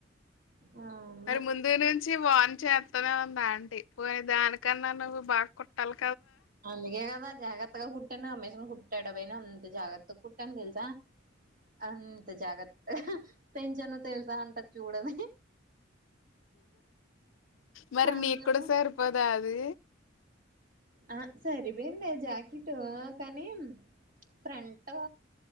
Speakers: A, on the right (about 45°); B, on the left (about 85°).
A: ఆ అమ్మ
B: మరి ముందు నుంచి వాన్ చేతూనే ఉంది ఆంటీ పోని దానికన్నా నువ్వు బాగ కొట్టల్
A: అందుకే గద జగతగా కుట్టాను ఆమే కుట్టాడ పోయిన అంత జాగత్త కుట్టను తెలుసా అంత జాగ్రత్తగా పెంచను తెలుసా అంట చూడది
B: మరి
A: అన్నా
B: నీకుడ సరిపోదా అది
A: ఆ సరిపోయిందే జాకీటు కని ఫ్రంటూ